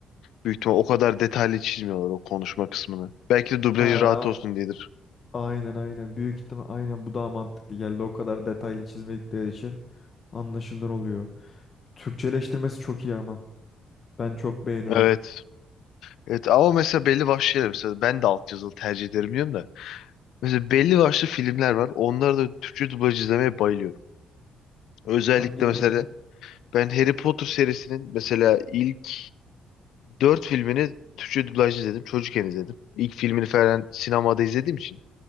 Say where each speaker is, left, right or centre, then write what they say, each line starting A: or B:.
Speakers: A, on the left; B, on the left.
A: Büyük ihtimal o kadar detaylı çizmiyorlar o konuşma kısmını. Belki de dublajı
B: Ha a-
A: rahat olsun diyedir.
B: aynen aynen büyük ihtimal aynen bu daha mantıklı geldi o kadar detaylı çizmedikleri için anlaşılır oluyor. Türkçeleştirmesi çok iyi ama ben çok beğeniyorum.
A: Evet. Evet ama mesela belli başlı şeyler mesela ben de alt yazılı tercih ederim diyorum da. Mesela belli başlı filmler var. Onları da Türkçe dublaj izlemeye bayılıyorum. Özellikle
B: Hangileri
A: mesela
B: hocam?
A: ben Harry Potter serisinin mesela ilk Dört filmini Türkçe dublaj izledim. Çocukken izledim. İlk filmini falan sinemada izlediğim için.